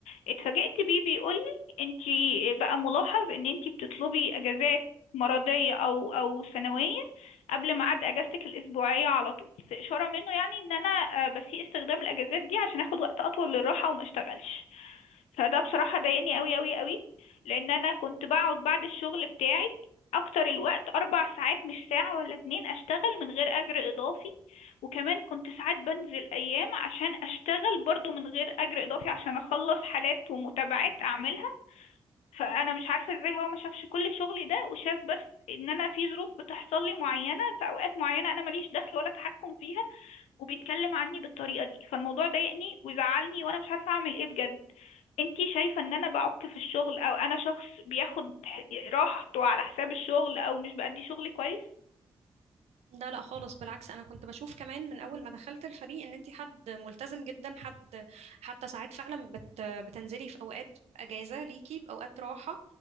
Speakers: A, on the left; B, on the right.
A: اتفاجئت بيه بيقول لي انتي بقى ملاحظ ان انتي بتطلبي اجازات مرضية او او سنوية قبل ميعاد اجازتك الاسبوعية على طول في اشارة منه يعني ان انا آه، بسيء استخدام الاجازات دي عشان اخد وقت اطول للراحة وما اشتغلش فده بصراحة ضايقني قوي قوي قوي لأن أنا كنت بقعد بعد الشغل بتاعي أكتر الوقت أربع ساعات مش ساعة ولا اتنين أشتغل من غير أجر إضافي وكمان كنت ساعات بنزل أيام عشان أشتغل برضو من غير أجر إضافي عشان أخلص حالات ومتابعات أعملها فأنا مش عارفة إزاي هو ما شافش كل شغلي ده وشاف بس إن أنا في ظروف بتحصل لي معينة في أوقات معينة أنا ماليش دخل ولا تحكم فيها وبيتكلم عني بالطريقة دي فالموضوع ضايقني وزعلني وأنا مش عارفة أعمل إيه بجد انتي شايفة ان انا بعك في الشغل او انا شخص بياخد ح- راحته على حساب الشغل او مش بأدي شغلي كويس
B: ده لا خالص بالعكس انا كنت بشوف كمان من اول ما دخلت الفريق ان انت حد ملتزم جدا حد حتى ساعات فعلا بت بتنزلي في اوقات اجازه ليكي باوقات راحه